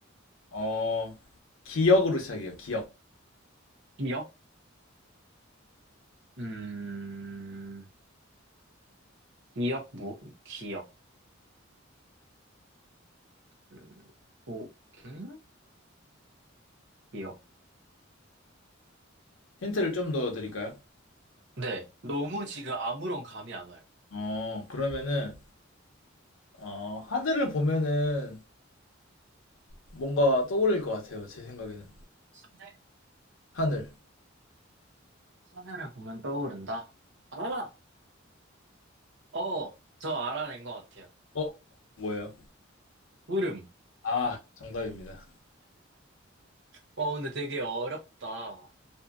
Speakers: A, on the left; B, on the right.
A: 어, 기억으로 시작해요. 기억.
B: 기억? 음, 기억, 무 기억, 음, 오, 음? 기억.
A: 힌트를 좀 더 드릴까요?
B: 네, 너무 지금 아무런 감이 안 와요.
A: 어, 그러면은, 어, 하늘을 보면은 뭔가 떠올릴 것 같아요. 제 생각에는.
B: 하늘?
A: 하늘.
B: 하늘을 보면 떠오른다. 아! 어, 저 알아낸 것 같아요.
A: 어, 뭐예요?
B: 물음.
A: 아, 정답입니다.
B: 어, 근데 되게 어렵다.